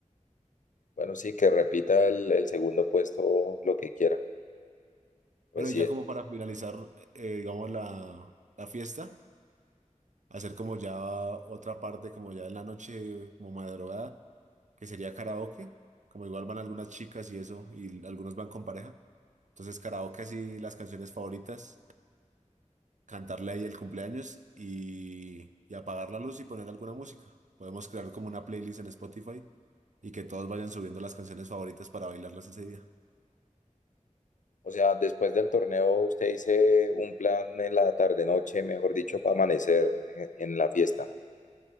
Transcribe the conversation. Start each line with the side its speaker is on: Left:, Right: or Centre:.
Left: Bueno, sí, que repita el, el segundo puesto lo que quiera. Pues
Right: Bueno, y
Left: sí,
Right: ya como para finalizar, eh, digamos, la, la fiesta. hacer como ya otra parte, como ya en la noche, como madrugada, que sería karaoke, como igual van algunas chicas y eso, y algunos van con pareja. Entonces karaoke así las canciones favoritas, cantarle ahí el cumpleaños y, y apagar la luz y poner alguna música. Podemos crear como una playlist en Spotify y que todos vayan subiendo las canciones favoritas para bailarlas ese día.
Left: o sea, después del torneo usted dice un plan en la tarde-noche, mejor dicho, para amanecer en en la fiesta.